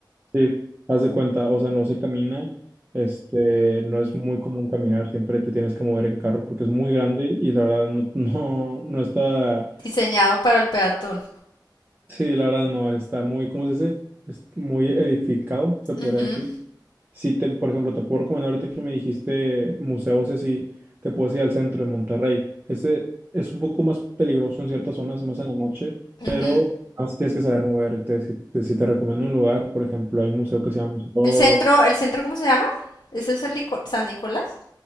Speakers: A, on the right; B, on the left.
A: sí, haz de cuenta, o sea, no se camina, este, no es muy común caminar, siempre te tienes que mover en carro porque es muy grande y la verdad no, <laughs> no, no está,
B: diseñado para el peatón.
A: sí, la verdad no, está muy, ¿cómo se dice? Es muy edificado, se podría
B: Ujú,
A: decir. Si te, por ejemplo, te puedo recomendar ahorita que me dijiste museos y así, te puedes ir al centro de Monterrey. Este es un poco más peligroso en ciertas zonas, más en la noche,
B: ujú.
A: pero más tienes que saber moverte. Si te, si te recomiendo un lugar, por ejemplo, hay un museo que se llama Museo...
B: El centro, ¿el centro cómo se llama? ¿Ese es el Nico- San Nicolás?